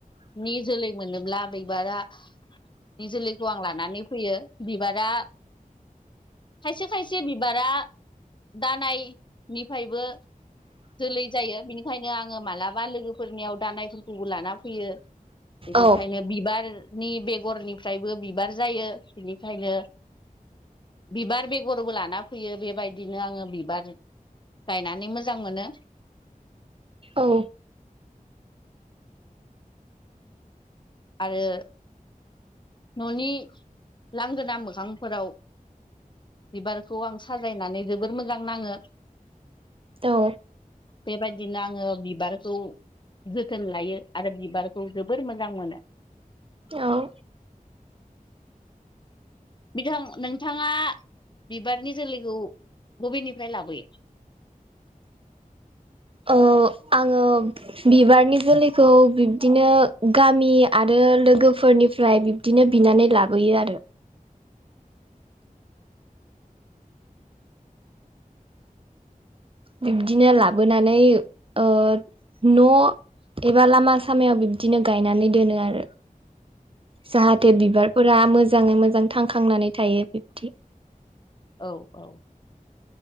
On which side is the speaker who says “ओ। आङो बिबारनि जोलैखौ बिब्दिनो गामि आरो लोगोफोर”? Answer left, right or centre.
Right